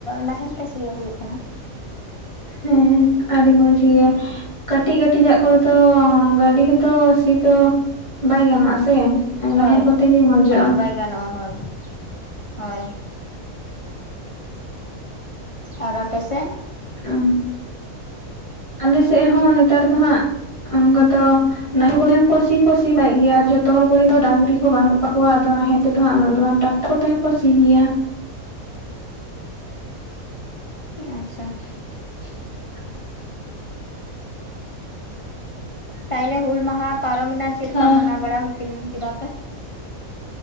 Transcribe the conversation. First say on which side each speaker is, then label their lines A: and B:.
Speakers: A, on the left (about 50°); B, on the left (about 20°).
A: ᱱᱟᱦᱮᱞ ᱛᱮ ᱥᱤᱭᱳᱜ ᱦᱳᱭᱳᱜ ᱠᱟᱱᱟ ᱾
B: ᱦᱮᱸ ᱟᱹᱰᱤ ᱢᱚᱡᱽ ᱜᱮ᱾ ᱠᱟᱹᱴᱤᱡ ᱠᱟᱹᱴᱤᱡᱟᱜ ᱠᱚᱫᱚ ᱜᱟᱹᱰᱤ ᱨᱮᱫᱚ ᱥᱤ ᱫᱚ ᱵᱟᱭ ᱜᱟᱱᱚᱜ-ᱟ ᱥᱮ?
A: ᱦᱳᱭ
B: ᱱᱟᱦᱮᱞ ᱠᱚᱛᱮ ᱜᱮ ᱢᱚᱡᱚᱜᱼᱟ
A: ᱦᱳᱭ ᱵᱟᱭ ᱜᱟᱱᱚᱜᱼᱟ ᱦᱳᱭ ᱦᱳᱭ ᱾ ᱟᱨ ᱟᱯᱮ ᱥᱮᱫ?
B: ᱚᱻ ᱟᱞᱮ ᱥᱮᱫ ᱦᱚᱸ ᱱᱮᱛᱟᱨ ᱫᱚ ᱦᱟᱸᱜ ᱚᱱᱠᱟ ᱫᱚ ᱱᱟᱦᱮᱞ ᱠᱚᱨᱮ ᱦᱚᱸ ᱠᱚ ᱥᱤ ᱠᱚ ᱥᱤᱵᱟᱭᱮᱜ ᱜᱮᱭᱟ ᱟᱨ ᱡᱚᱛᱚ ᱦᱚᱲ ᱠᱚᱨᱮᱱ ᱫᱚ ᱰᱟᱝᱨᱤ ᱦᱚᱸ ᱵᱟᱹᱱᱩᱜ ᱠᱚᱣᱟ᱾ ᱠᱚᱣᱟ ᱟᱫᱚ ᱱᱟᱦᱮᱞ ᱛᱮᱫᱚ ᱦᱟᱜ ᱩᱱᱟᱹᱜ ᱫᱚ ᱵᱟᱝ ᱴᱟᱠᱴᱚᱨ ᱠᱚ ᱛᱮᱦᱚᱸ ᱠᱚ ᱥᱤ ᱜᱮᱭᱟ ᱾
A: ᱟᱪᱪᱷᱟ᱾
B: <unintelligible>
A: ᱛᱟᱦᱞᱮ ᱦᱩᱞ ᱢᱟᱦᱟ ᱯᱟᱨᱚᱢᱮᱱᱟ ᱪᱮᱫᱞᱮᱠᱟ
B: ᱟᱨ
A: ᱢᱟᱱᱟᱣ ᱵᱟᱲᱟ ᱦᱩᱭ <unintelligible> ᱠᱮᱫᱟ ᱯᱮ?